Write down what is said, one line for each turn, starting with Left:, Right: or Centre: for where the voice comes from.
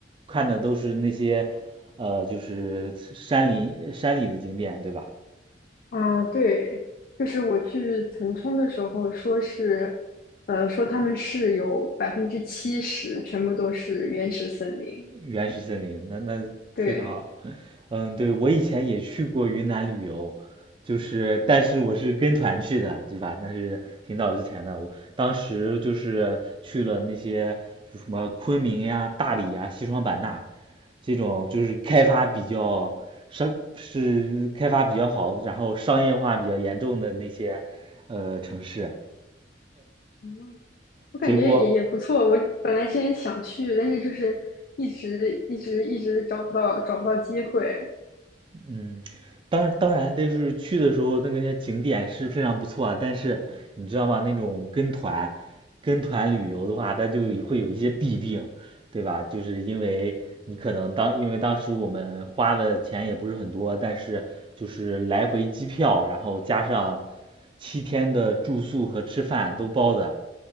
Right: 看的都是那些呃就是山林山里的景点，对吧？
Left: 啊对，就是我去腾冲的时候，说是呃说他们市有百分之七十全部都是原始森林，
Right: 原始森林，那那非常好。
Left: 对。
Right: 嗯，对，我以前也去过云南旅游，就是但是我是跟团去的，对吧？那是挺早之前的，我当时就是去了那些就什么昆明呀、大理呀、西双版纳这种，就是开发比较商是开发比较好，然后商业化比较严重的那些呃城市啊，
Left: 嗯，
Right: <laughs>
Left: 我感觉也也不错。
Right: 结果
Left: 我本来之前想去，但是就是一直一直一直找不到找不到机会
Right: 嗯，当当然，就是去的时候那个些景点是非常不错啊，但是你知道吗？那种跟团跟团旅游的话，它就会有一些弊病，对吧？就是因为你可能当因为当时我们花的钱也不是很多，但是就是来回机票，然后加上七天的住宿和吃饭都包的，